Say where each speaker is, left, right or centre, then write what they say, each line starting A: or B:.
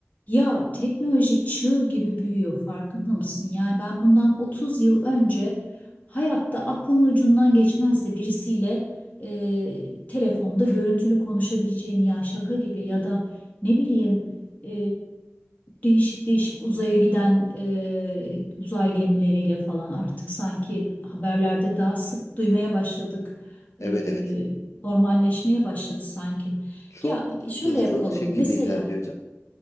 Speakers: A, on the left; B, on the left.
A: Ya teknoloji çığ gibi büyüyor farkında mısın? Yani ben bundan 30 yıl önce hayatta aklımın ucundan geçmezdi birisiyle e, telefonda görüntülü konuşabileceğim ya şaka gibi ya da ne bileyim e, değişik değişik uzaya giden e, uzay gemileriyle falan artık sanki haberlerde daha sık duymaya başladık.
B: Evet
A: E,
B: evet.
A: normalleşmeye başladı sanki.
B: Çok
A: Ya şöyle
B: hızlı
A: yapalım
B: şekilde
A: mesela.
B: ilerliyor hocam.